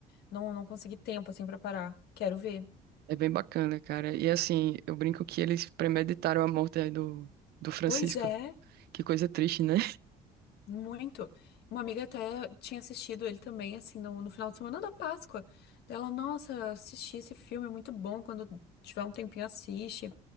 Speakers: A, on the left; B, on the right.
A: Não, não consegui tempo, assim, pra parar. Quero ver.
B: É bem bacana, cara. E assim, eu brinco que eles premeditaram a morte aí do, do Francisco.
A: Pois é,
B: Que coisa triste, né?
A: muito. Uma amiga até tinha assistido ele também, assim, no, no final de semana da Páscoa. Dela, nossa, assisti esse filme, é muito bom. Quando tiver um tempinho, assiste.